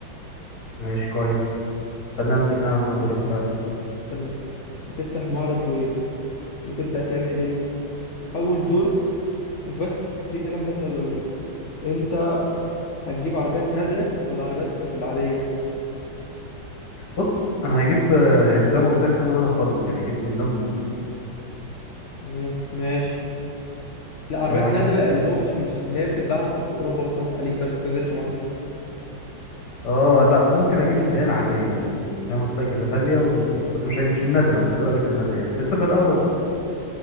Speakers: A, on the left; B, on the left.
A: ماشي كويس خلينا متفقين على ان هو دورين فعلا
B: تمام هتفتح معرض دورين وتبدأ تعمل ايه اول دور انت بس في كلام بس عايز اقوله لك انت هتجيب عربيات نادرة ولا عربيات في, في العادية
A: بص انا هجيب آه، يعني زي ما قلت لك ناوي ان انا اخلط يعني اجيب من ده ومن ده
B: مم. ماشي لا عربيات
A: ان هو اجيب
B: نادرة اللي هو مش مش اللي هي بتتباع في, في أوروبا مثلا والخليج بس ما بتنزلش مصر
A: اه لا ممكن اجيب اللي هي العاديه يعني زي ما قلت لك الغاليه والرخيصه بس مش مش النادره مش درجه النادره يعني لسه في الاول بقى